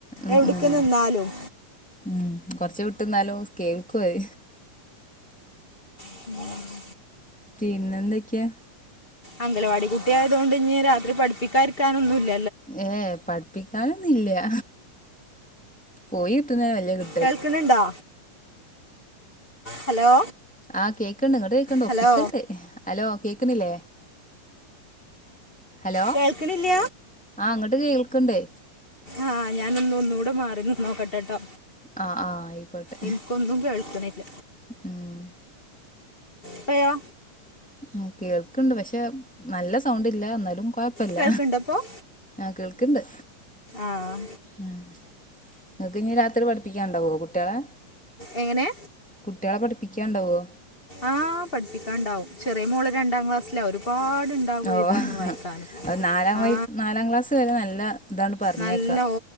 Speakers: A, in the centre; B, on the left (about 25°).
A: ഉം
B: എവ്ട്ക്ക്
A: ഉം
B: നിന്നാലും.
A: ഉം, കൊർച്ച് വിട്ട്ന്നാലും കേൾക്കു അത്
B: <inaudible>
A: പിന്നെന്തൊക്ക?
B: അംഗലവാടിക്കുട്ടിയായതോണ്ട്ഞ്ഞി രാത്രി പഠിപ്പിക്കാര്ക്കാനൊന്നൂല്ല.
A: ഏ ഏഹ് പഠിപ്പിക്കാനൊന്നുല്ല്യ. പോയി കിട്ട്ണേനെ വല്ല്യ കി
B: കേൾക്ക്ണ്‌ണ്ടോ? ഹലോ!
A: ആഹ്, കേക്ക്ണ്ട് ഇങ്ങട്ട് കേക്ക്ണ്ട് ഒപ്പിക്ക്ണ്ട്,
B: ഹലോ
A: ഹലോ കേക്ക്ന്നില്ലേ? ഹലോ!
B: കേൾക്കണില്ല
A: ആഹ് ഇങ്ങട്ട് കേൾക്ക്ണ്ട്.
B: ആഹ്, ഞാനൊന്ന് ഒന്നൂടെ മാറി നിന്നോക്കട്ടെട്ടോ.
A: ആ ആ ആയിക്കോട്ടെ
B: ഇൻക്കൊന്നും കേൾക്ക്ണില്ല.
A: ഉം
B: പ്പയോ?
A: ആഹ്, കേൾക്ക്ണ്ട് പക്ഷെ നല്ല സൗണ്ട്ല്ല. ഇന്നാലും കൊയ്പ്പല്ല,
B: കേൾക്കുന്നുണ്ടപ്പോൾ
A: ആഹ് കേൾക്ക്ണ്ട്.
B: ആ
A: ഉം, ഇങ്ങക്ക്ഞ്ഞ് രാത്രി പഠിപ്പിക്കാണ്ടാവോ കുട്ട്യാളെ?
B: എങ്ങനെ?
A: കുട്ട്യാളെ പഠിപ്പിക്കാണ്ടാവോ?
B: ആഹ്, പഠിപ്പിക്കാണ്ടാവും. ചെറ്യേ മോള് രണ്ടാം ക്ലാസ്സില. ഒരുപാട് ഉണ്ടാകും
A: ഓഹ്,
B: എഴുതാനും വായിക്കാനും
A: അത് നാലാം
B: ആ
A: വയ് നാലാം ക്ലാസ്സ് വരെ നല്ല ഇതാണ് പർഞ്ഞേക്ക,
B: നല്ല